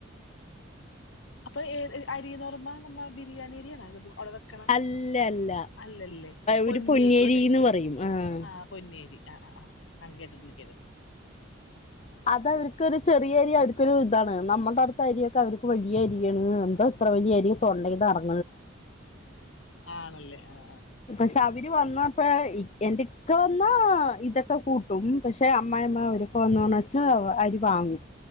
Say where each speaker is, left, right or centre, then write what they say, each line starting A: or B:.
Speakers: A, on the left; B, on the left.
A: അപ്പൊ ഏ അരിന്ന് പറിമ്പോ നമ്മ ബിരിയാണി അരിയാണ അവിടെ-
B: അല്ല അല്ല
A: അല്ലല്ലേ പൊന്നി
B: ഒരു പൊന്നിയരിന്ന്
A: ആയിക്കും അല്ലേ
B: പറയും ആഹ്
A: ആ പൊന്നരി ആ ആ ആ ആ ഹാ കേട്ടിട്ട്ണ്ട് കേട്ടിട്ടുണ്ട്
B: അത് അവർക്കൊരു ചെറിയ അരി അവർക്കൊരു ഇതാണ് നമ്മുടെ അടുത്തെ അരിയൊക്കെ അവർക്ക് വലിയ അരിയാണ് എന്താ അത്ര വല്യരി തൊണ്ടേന്ന് എർ
A: ആണല്ലേ ആ
B: പക്ഷെ അവര് വന്നപ്പ എന്റെക്കെ വന്നാ ഇതൊക്കെ കൂട്ടും പക്ഷെ അമ്മായിമ്മ അവര് ഒന്നോണച്ചാ അരി വാങ്ങും